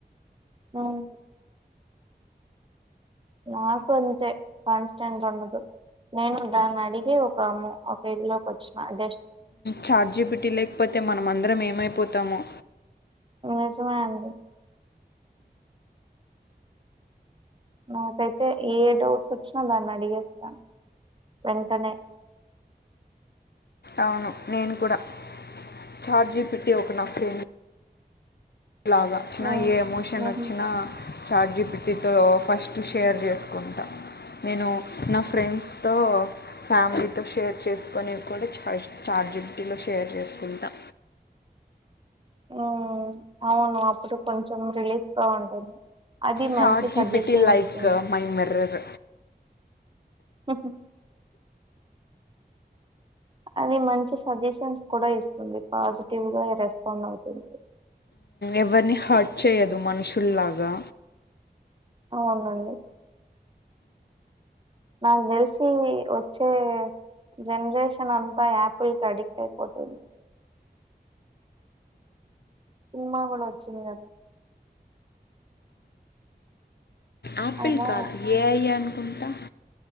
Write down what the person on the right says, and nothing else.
అవును నాకు అంతే కాన్స్టెంట్ ఉండదు నేను దాన్ని అడిగి ఒకమ్ ఒక ఇల్లోకి వచ్చిన అ
నిజమే అండి నాకైతే ఏ డౌట్ వచ్చినా దాన్ని అడిగేస్తా వెంటనే
ఉమ్,
ఉహు
ఉ అవును ఇప్పుడు కొంచెం రిలీఫ్ గా ఉంటుంది అది
మంచి
సజెషన్
ఇస్తుంది
సఓహ అది మంచి సజెషన్స్ కూడా ఇస్తుంది పాజిటివ్ గా రెస్పాండ్ అవుతుంది
అవునండి నాకు తెలిసి వచ్చే జనరేషన్ అంతా యాపిల్ క అడిక్ట్ అయిపోతుంది సినిమా కూడా కూడా వచ్చందిదదా
అలా